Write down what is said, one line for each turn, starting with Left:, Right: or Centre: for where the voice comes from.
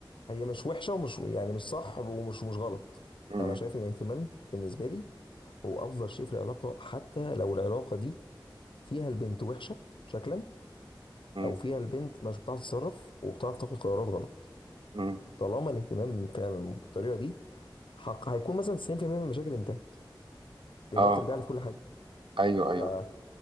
Left: هي مش وحشه ومش يعني مش صح ومش مش غلط
Right: مم.
Left: انا شايف ان الاهتمام بالنسبه لي هو افضل شيء في العلاقه حتى لو العلاقه دي فيها البنت وحشه شكلا
Right: مم.
Left: او فيها البنت مش بتعرف تتصرف وبتعرف تاخد قرارات غلط
Right: مم.
Left: طالما الاهتمام فعلا بالطريقه دي حق هيكون مثلا 90% من المشاكل انتهت لان
Right: اه
Left: هي بترجع لي في كل حاجه
Right: ايوه ايوه
Left: فهيبقى